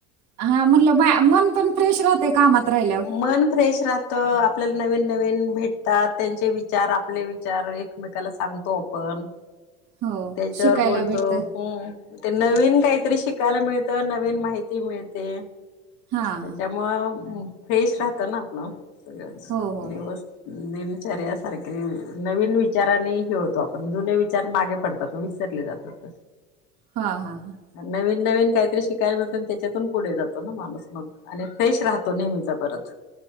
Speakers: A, on the right; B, on the left.
A: हा म्हटलं मन पण फ्रेश राहते कामात. राहिल्यावर
B: मन फ्रेश राहत. तर आपल्याला नवीन नवीन भेटतात त्यांचे विचार आपले विचार एकमेकाला सांगतो आपण.
A: हो
B: त्याच्यावर
A: शिकायला
B: बोलतो.
A: भेटतं
B: ते नवीन काहीतरी शिकायला मिळतं नवीन माहिती मिळते.
A: हा हा
B: त्याच्यामुळे फ्रेश राहत ना आपलं सगळंच
A: हो हो
B: दिवस.
A: हो
B: दिनचर्या सारखे नवीन विचाराने हे होतो आपण जुने विचार मागे पडतात. स विसरले जातात.
A: हा-हा-ह.
B: नवीन नवीन काहीतरी शिकायला मिळतो त्याच्यातून पुढे जातो ना माणूस मग आणि फ्रेश राहतो नेहमीच. परत.